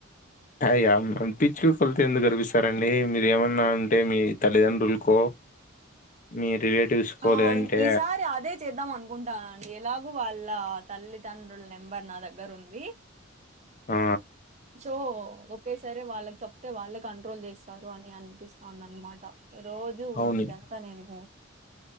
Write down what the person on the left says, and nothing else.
అయా పిచ్చి కుక్కల్తో ఎందుకు కరిపిస్తారండి మీరు ఏమన్నా అంటే మీ తల్లిదండ్రుల్కో మీ రిలేటివ్స్
లేదంటే
ఆ
అవును